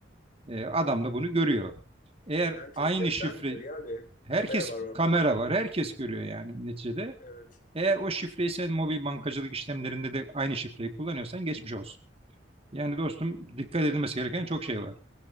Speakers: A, on the right (about 35°); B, on the left (about 50°).
A: E, adam da bunu görüyor. Eğer
B: Yani tezgahtar
A: aynı şifre
B: da görüyor abi.
A: herkes
B: Kamera var orada.
A: kamera var, herkes görüyor yani neticede.
B: Evet.
A: Eğer o şifreyi sen mobil bankacılık işlemlerinde de aynı şifreyi kullanıyorsan geçmiş olsun. Yani dostum dikkat edilmesi gereken çok şey var.